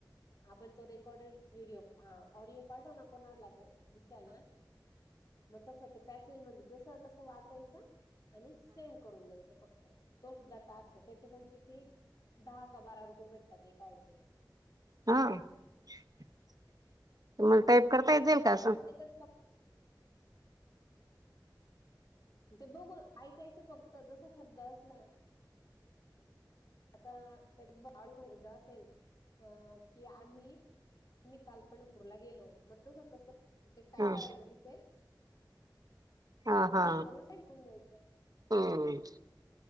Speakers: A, on the left (about 55°); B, on the right (about 55°).
A: आपण तो रेकॉर्डेड व्हिडिओ हा ऑडिओ पाठव ना कोणाला ग दुसऱ्याला? मग तसं ते पॅसेंज मध्ये जसं तसं वाचायचं. आणि सेंड करून द्यायचे फक्त, तो सुद्धा टास्क ये त्याचे पण कि ते दहा का बारा रुपये भेटतात एका याचे.
B: हा तुमला टाईप करता येतीलईल का असं?
A: तेच्याच फक्त तेे बघून ऐकायचं फक्त, जसा शब्द असला आता ऑडिओ मध्ये जर असेल, की आम्ही आम्ही काल पंढरपूरला गेलो, मग तस तस ते टाईप
B: हा
A: करायच तिथे.
B: हा
A: आणि
B: हा
A: त्या ऍप वरून सेंड करून द्यायचं,
B: हम्म
A: असं.